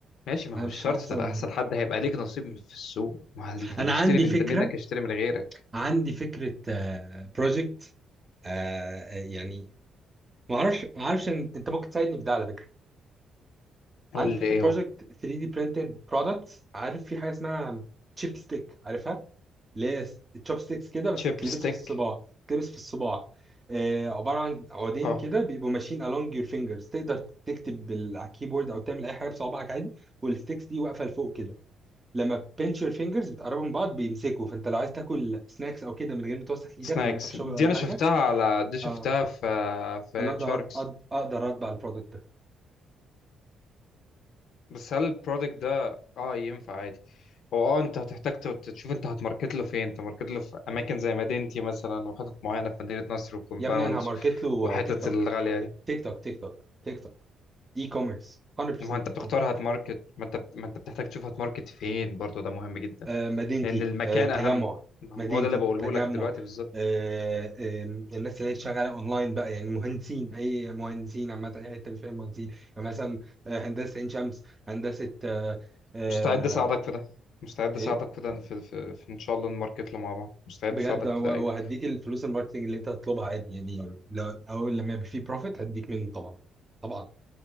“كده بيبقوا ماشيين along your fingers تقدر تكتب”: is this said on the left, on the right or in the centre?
Right